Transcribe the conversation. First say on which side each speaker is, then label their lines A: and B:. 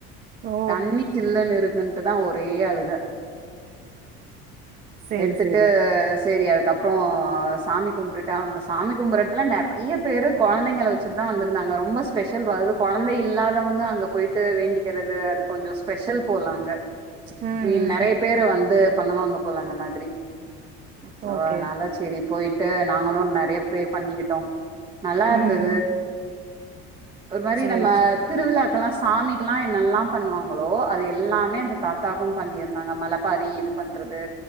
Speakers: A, on the right; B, on the right.
A: ஓ
B: தண்ணி சில்லுன்னு இருக்குன்ட்டுதா ஒரே அழுக
A: சேரி
B: எடுத்துட்டு
A: சேரி
B: செரி அதுக்கப் புறம் சாமி கும்ட்டுட்டு அங்க சாமி கும்பற எடத்துல நெறையா பேரு கொழந்தைங்கள வச்சிட்டு தா வந்துருந்தாங்க ரொம்ப ஸ்பெஷல் போலது கொழந்த இல்லாதவங்க அங்க போய் ட்டு வேண்டிக்கிறது அது கொஞ்சோ ஸ்பெஷல் போல அங்க
A: ம்
B: நீ
A: ம்
B: நெறைய பேரு வந்து பண்ணுவாங்க போல அந்த மாதிரி சோ
A: ஓகே
B: அதனால செரிப் போய்ட்டு நாங்களு நெறைய ப்ரே பண்ணிகிட்டோ நல்லாருந்தது
A: ம்
B: ஒரு மாரி
A: சேரி
B: நம்மத்
A: சேரி
B: திருவிழாக்கெலா சாமிக்கிலா என்னெல்லாம் பண்ணுவாங்களோ அது எல்லாமே அந்த தாத்தாவுக்கும் பண்ணிர்ந்தாங்க மழப்பாரி இது பண்றது